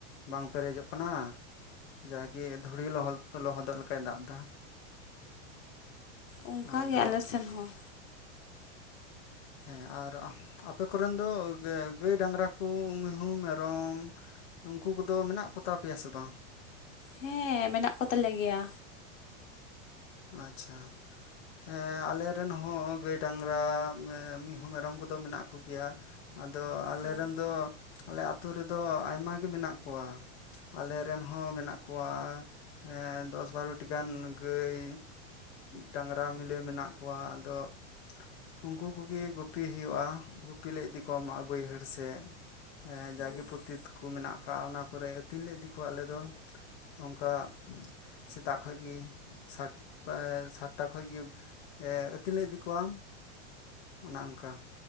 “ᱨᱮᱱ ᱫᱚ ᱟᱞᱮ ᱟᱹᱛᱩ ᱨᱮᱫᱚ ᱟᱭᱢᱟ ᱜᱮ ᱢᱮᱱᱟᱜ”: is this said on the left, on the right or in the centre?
Left